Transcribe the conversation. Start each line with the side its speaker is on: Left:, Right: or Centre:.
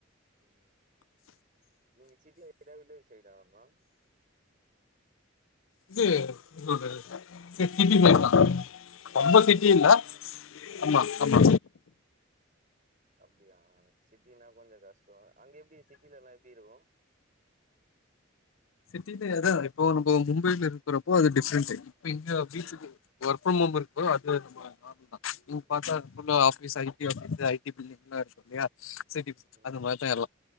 Right: ம் நீங்க சிட்டியா இல்ல வில்லேஜ் சைடாமா
Left: இது இன்னொன்னு சிட்டி சிட்டி சைடுதா ரொம்ப
Right: மாரி
Left: சிட்டி
Right: தானா
Left: இல்ல
Right: ஆ
Left: ஆமா ஆமா
Right: அப்டியா சிட்டினா கொஞ்சோ கஷ்டோ அங்க எப்டி சிட்டில எல்லா எப்டி இருக்கு
Left: சிட்டில அதா இப்போ நம்ப மும்பைல இருக்றப்போ அது டிஃப்ரெண்டு இப்ப இங்க வீச்சுக்கு
Right: ம்
Left: ஒர்க் ஒர்க் ஃப்ரம் ஹோம் இருக்கு ப்ரோ அது நம்ம பாக்லா இங்
Right: ம்
Left: பாத்தா ஃபுல்லா ஆபீஸ் ஐ டி ஆபீஸ் ஐ டி பில்டிங்லா இருக்கு இல்லயா சே டிஃப்
Right: ம்
Left: அது மாதிதா எல்லா